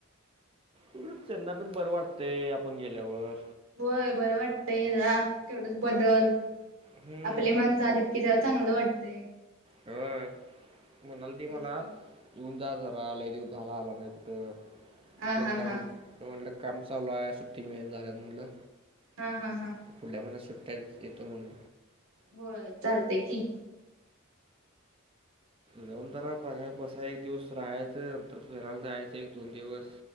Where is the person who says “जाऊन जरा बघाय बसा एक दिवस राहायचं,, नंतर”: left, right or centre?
Right